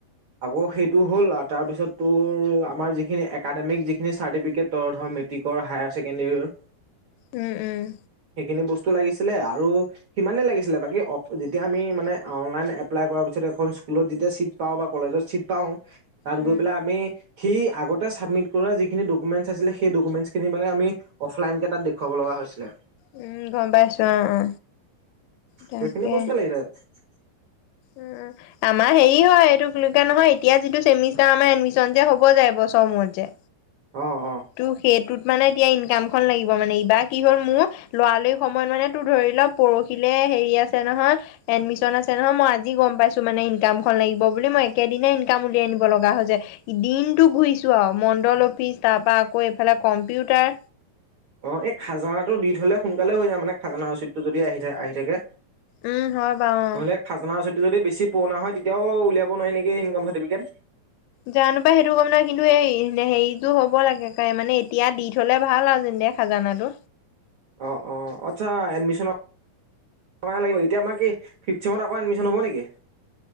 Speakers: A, on the right; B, on the left.
A: আকৌ সেইটো হ'ল আৰু তাৰপিছত তোৰ আমাৰ যিখিনি একাডেমিক যিখিনি চাৰ্টিফিকেট ত ধৰ - মেট্ৰিকৰ, হায়াৰ ছেকেণ্ডেৰীৰ-
B: উম উম।
A: সেইখিন বস্তু লাগিছিলে আও। আৰু সিমানেই লাগিছিলে বাকী অ যেতিয়া আমি মানে অনলাইন এপ্লাই কৰাৰ পিছত এখন স্কুলত যেতিয়া চিট পাওঁ বা কলেজত চিট পাও তাত
B: উম,
A: গৈ পেলাই আমি। সি আগতে ছাবমিট কৰা যিখিনি ডকুমেণ্টচ আছিলে সেই ডকুমেণ্টছখিনি মানে আমি অফলাইনকে তাত দেখুৱাব লগা হৈছিলে।
B: উম গম পাই আছো অ অ তাকে
A: সেইখিনি বস্তুৱে লাগিলে হলে-
B: উম আমাৰ হেৰি হয় এইটো নহয় এতিয়া যিটো চেমিষ্টাৰ এডমিছন যে হব যে এবছৰৰ মূৰত যে
A: অ অ
B: তো সেইটোত মানে এতিয়া ইনকাম খন লাগিব মানে ইবাৰ কি হ'ল মোৰ লৰা লৰি সময়ত মানে তোৰ ধৰি লও পৰহিলে হেৰি আছে নহয় এডমিচন আছে নহয় মই আজি গম পাইছো মানে ইনকামখন লাগিব বুলি, মই একে দিনাই ইনকাম ওলিয়াই আনিব লগা হয় যে দিনটো ঘূৰিছো আও মণ্ডল অফিচ, তাৰপা আকৌ এইফালে কম্পিউটাৰ
A: অ এই খাজানাটো দি থলে সোনকালে হৈ যায় মানে খাজানা ৰচিদটো যদি আহি থ আহি থাকে
B: উম, হয় বাৰু অ'।
A: নহলে খাজানা ৰচিড যদি বেছি পুৰণা হয় তেতিয়াও উলিয়াব নোৱাৰে নেকি ইনকাম চাৰ্টিফিকেট।
B: জানো পাই সেইটো গম নাই কিন্তু এই হেৰিতো হ'ব লাগে কাই মানে এই এতিয়া দি থলে ভাল আও জোন দে খাজানাটো,
A: অ অ আচ্ছা এডমিছনৰ কাৰণে লাগিব এতিয়া আমাৰ কি ফিফথ চেমত আকৌ এডমিশ্যন হ'ব নেকি?